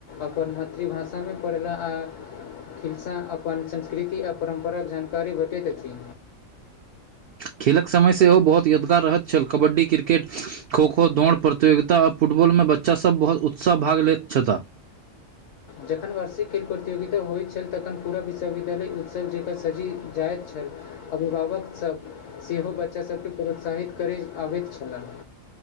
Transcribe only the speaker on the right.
खेलक समय सेहो बहुत यादगार रहैत छल कबड्डी क्रिकेट खोखो दौड़ प्रतियोगिता आ फुटबॉलमे बच्चासभ बहुत उत्साह भाग लैत छ्था